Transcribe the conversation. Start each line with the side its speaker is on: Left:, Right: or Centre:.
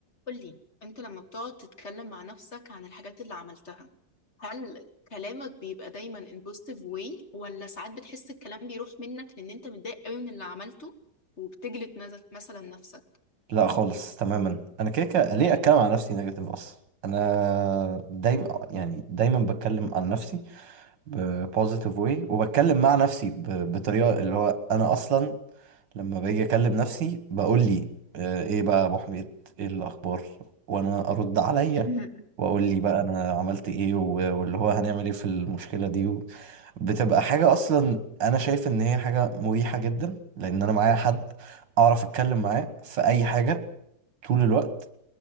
Left: قولي انت لما بتقعد تتكلم مع نفسك عن الحاجات اللي عملتها هل كلامك بيبقى دايما in positive way ولا ساعات بتحس الكلام بيروح منك لان انت متضايق قوي من اللي عملته وبتجلد مز- مثلا نفسك
Right: لا خالص تماما انا كده كده ليه اتكلم عن نفسي نيجاتيف اصلا انا دايما يعني دايما بتكلم عن نفسي بوزيتيف واي وبتكلم مع نفسي ب- بطريقه اللي هو انا اصلا لما باجي اكلم نفسي بقول لي آه، ايه بقى يا ابو حميد ايه الاخبار وانا ارد عليا
Left: <laughs> مهم.
Right: واقول لي بقى انا عملت ايه و- واللي هو هنعمل ايه في المشكله دي و- بتبقى حاجه اصلا انا شايف ان هي حاجه مريحه جدا لان انا معايا حد اعرف اتكلم معاه في اي حاجه طول الوقت